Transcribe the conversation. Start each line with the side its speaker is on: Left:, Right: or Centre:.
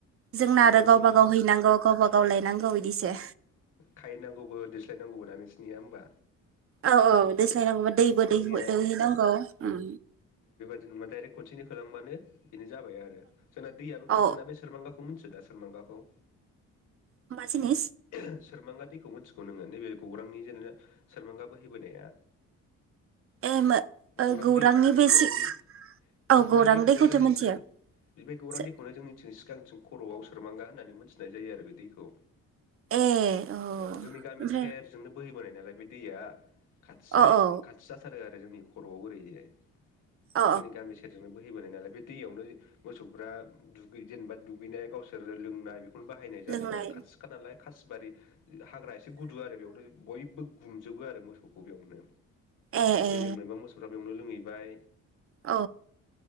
Right: जोंना
Left: जोंनिया
Right: आरो
Left: बयनिबो
Right: गावब गाव हैनांगौ गावबाागाव लायनांगौ बिदिसो
Left: खायैनांगौबो दोस्लायनांगौबो दा नोंस नियाहोमबा?
Right: औ औ दोस्लायनांगौबा दैबो
Left: जोंनिया
Right: दैदोहैनांगौ ओम
Left: जेनेबा डाइरेक्ट कनसेनो होलांबानो बेनो जाबाय आरो जोंना दैयाबो
Right: औ
Left: खाथिना बे सोरमांगाखौ मिथियो दा? सोरमांगाखौ
Right: मा जिनिस
Left: सोरमांगा दैखौ मिथिगौ नोङो नैबे गौरांनि जेनेबा सेरमांगा बोहैबोनाया
Right: ए मो ओ
Left: गौरां
Right: गौरांनि
Left: दैया नैबे
Right: बे
Left: गौरां
Right: सि
Left: दै बे
Right: औ
Left: गौरां दैखौनो
Right: दैखौथ'
Left: जोंनिंथिं
Right: मिथियो
Left: बे गौरां
Right: सो-
Left: दैखौनो जोंनिथिं सि सिगांथिं खर'आव सोरमांगा होननानै मोनथिनाय जायो आरो बे दैखौ
Right: ए अ ओमफ्राय
Left: औ जोंनि गामि सेरजोंनो बोहैबोनाय नालाय बे दैया खाथि
Right: अ
Left: जायो
Right: औ
Left: खाथि जाथारो आर जोंनि खर'आव ओरै जाय
Right: अ
Left: जोंनि गामि सेरजोंनो बोहैबोनाय नालाय बे दैयावनो मोसौफ्रा दुगै जेनेबा दुगैनाय गावसोर लोंनाय बेखौनो बाहायनाय जाजोबो
Right: लोंनाय
Left: आरो खाथिखा नालाय खा बारि हाग्रा एसे गुदु आरो बेयावनो बयबो गुमजोबो आरो मोसौखौ बेयावनो
Right: ए
Left: दै
Right: ए
Left: लोंनोबा मोसौफ्रा बेयावनो लोंङै बाय
Right: औ